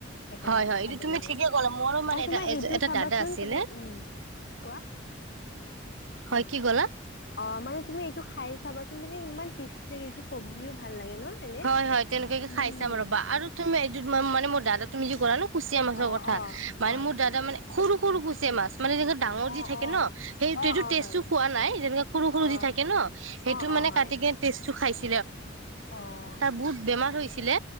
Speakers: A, on the left; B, on the right.
A: সেইকাৰণে
B: হয়
A: সেইটো
B: হয় এইটো
A: খাব
B: তুমি
A: লাগে
B: ঠিকে ক'লা মোৰো মানে
A: আৰু
B: এটা
A: তোমাৰ সেইটো
B: এটা
A: চাবাচোন
B: দাদা আছিলে
A: তোমাৰ উম কোৱা
B: হয় কি ক'লা
A: অ মানে তুমি এইটো খাই চাবাচোন মানে ইমান টেষ্টি লাগে এইটো চব্জিও ভাল লাগে ন এনে
B: হয়, হয় তেনেকুৱাকে
A: উম
B: খাই চাম ৰবা আৰু তুমি এইটো মানে মোৰ দাদা তুমি যি কৰা ন কুচিয়া মাছৰ
A: অ
B: কথা
A: অ
B: মানে
A: হয়
B: মোৰ দাদা মানে সৰু সৰু কুচিয়া মাছ মানে যেনে ডাঙৰ
A: অ
B: যি থাকে
A: অ
B: ন সেই
A: অ
B: সেইটো
A: অ
B: টেষ্টো
A: হয়
B: খোৱা নাই তেনেক সৰু সৰু
A: অ
B: যি থাকে ন সেইটো
A: অ
B: মে মানে
A: অ হয়
B: কাটি টেজ টো খাইছে
A: অ',।
B: বহুত বেমাৰ হৈছিলে